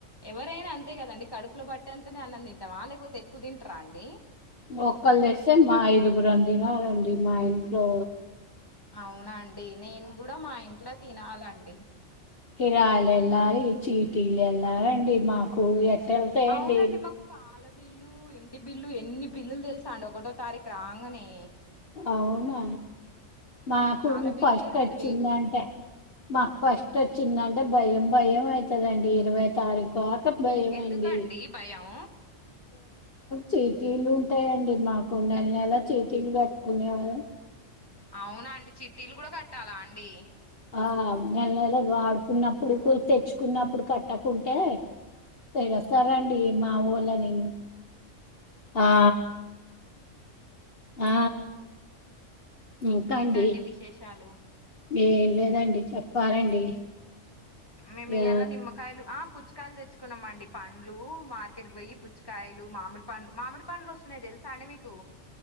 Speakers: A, on the left; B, on the left.
A: ఎవరైనా అంతే కదండి కడుపు పప్పుల బట్టటి అంతనే అన్నం తింటావా లేకపోతే ఎక్కువ తంటరా అండి
B: ఒకళ్ళ తెస్తే మా ఐదుగురు తిన రండి మా ఇంట్లో
A: అవునండి నేను కూడా మా ఇంట్లో తినాలండి
B: హిరాల ఎలా చీటీలు ఎలా రండి మాకు ఎట్టెళ్తాయండి
A: అవునండి మాకు పాల బిల్లు ఇంటి బిల్లు ఎన్ని బిల్లులు తెలుసా అండి ఒకటో తారీఖు రాగానే
B: అవునా మాకు
A: పాల బిల్లే
B: ఫస్ట్
A: రెండు
B: వచ్చిందంటే
A: వేలు
B: మాకు ఫస్ట్ వచ్చిందంటే భయం భయం అవుతుందండి ఇరవై తారీకుు అక భయంమండి
A: ఎందుకండి భయం
B: చేతిలు ఉంటాయండి మాకు నెల నెల చేతలు పెట్టుకునేరు
A: అవునా అండి చిట్టీలు కూడా కట్టాలా అండి
B: ఆ నెల నెల వాడుకున్నప్పుడు తెచ్చుకున్నప్పుడు కట్టకుంటే తెలుస్తారండి మా ఊళని ఆ ఆ
A: ఇంకేంటండి
B: ఇంకా అండి
A: విశేషాలు
B: ఏం లేదండి చెప్పాలండి
A: మేము
B: ఆ
A: ఎలా నిమ్కాయలు ఆ పుచ్చుకాయలు తెచ్చుకున్నాంమండి పుచ్చకాయలు తెచ్చుకున్నమండి పండ్లు మార్కెట్కి పోయి పుచ్చుకాయలు మిడి పండ్లు మామిడి పండ్లు వస్తున్నాయి తె తెలుసా అండి మీకు